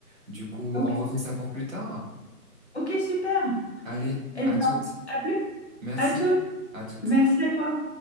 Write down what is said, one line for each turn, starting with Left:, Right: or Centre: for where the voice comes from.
Right: Du coup,
Left: ok,
Right: on refait ça pour plus tard.
Left: ok, super.
Right: Allez,
Left: Eh
Right: à
Left: bien,
Right: toutes.
Left: à plus.
Right: Merci.
Left: À toutes.
Right: À toutes.
Left: Merci à toi.